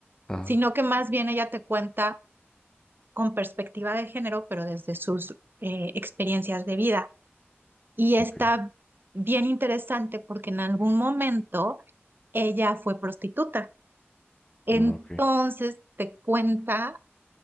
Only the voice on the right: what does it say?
sino que más bien ella te cuenta con perspectiva de género, pero desde sus eh, experiencias de vida. Y está
bien interesante porque en algún momento ella fue prostituta. Entonces
te cuenta